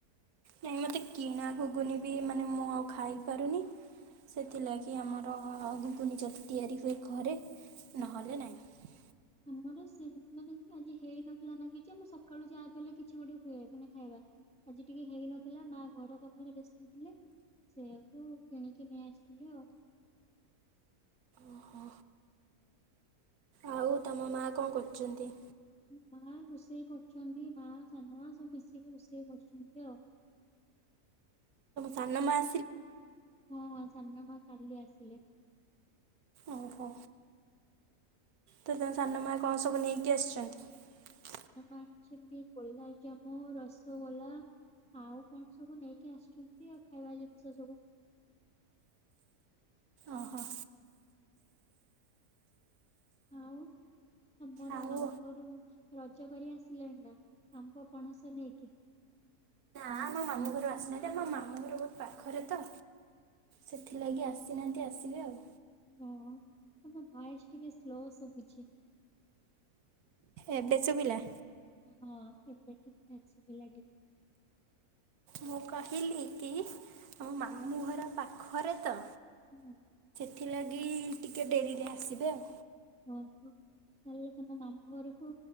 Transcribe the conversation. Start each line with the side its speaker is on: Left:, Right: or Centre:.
Right: ନାଇଁ ମୋତେ କିଣା ଘୁଗୁନି ବି ମାନେ ମୁଁ ଆଉ ଖାଇପାରୁନି ସେଥିଲାଗି ଆମର ଘୁଗୁନି ଯଦି ତିଆରି ହୁଏ ଘରେ ନହେଲେ ନହିଁ।
Centre: ଆମର ସେମ ମାନେ ଆଜି ହେଇନଥିଲା ନା କିଛି ଆମ ସକାଳୁ ଯାହା ବି ହେଲେ କିଛି ଗୋଟେ ହୁଏ ମାନେ ଖାଇବା ଆଜି ଟିକେ ହେଇନଥିଲା ମା ଘର କାମରେ ବ୍ୟସ୍ତ ଥିଲେ ସେୟାକୁ କିଣିକି ନେଇ ଆସିଥିଲେ ଆଉ।
Right: ଓହୋ ଆଉ ତମ ମା କଣ କରୁଛନ୍ତି।
Centre: ମୋ ମା ରୋଷେଇ କରୁଛନ୍ତି ମା ସାନମା ସବୁ ମିଶିକି ରୋଷେଇ କରୁଛନ୍ତି ଆଉ।
Right: ସନ ମା ଆ
Centre: ହଁ। ସାନ ମା କାଲି ଆସିଲେ।
Right: ଓହୋ ତ ତମ ସାନମା କଣ ସବୁ ନେଇକି ଆସିଛନ୍ତି।
Centre: ସାନ ମା ଆଣିଛନ୍ତି ଗୋଲାପଜାମୁ ରସଗୋଲା ଆଉ କଣ ସବୁ ନେଇକି ଆସିୁଛନ୍ତି ଆଉ ଖାଇବା ଜିନିଷ ସବୁ।
Right: ଓହୋ।
Centre: ଆଉ। ତମର
Right: ଆଉ
Centre: ମାମୁଁ ଘରୁ ରଜ କରି ଆସିଲେଣି ନା ଆମବ ପଣସ ନେଇକି।
Right: ନାଁ ମୋ ମାମୁଁ ଘରୁ ଆସିନାହାନ୍ତି ଆ ମୋ ମାମୁଁ ଘର ଗୋଟେ ପାଖରେ ତ ସେଥିଲାଗି ଆସ ବସିନାହାନ୍ତି ଆସିବେ ଆଉ
Centre: ହଁ କି ବୟସ ଟିକେ ସ୍ଲୋ ସବୁ କିଛି।
Right: ଏବେ ଶୁଭିଲା।
Centre: ହଁ ଏବେ ଠିକ ଠାକ୍ସ ଭିଲା ଟିକେ।
Right: ମୁଁ କହିଲି କି ଆମ ମାମୁଁ ଘର ପାଖରେ ତ
Centre: ସି ଆଉ
Right: ଥିଲାଗି ଟିକେ ଡେରିରେ ଆସିବେ ଆଉ।
Centre: ଓହୋ ତାହେଲେ ତମ ମାମୁଁ ଘରୁକୁ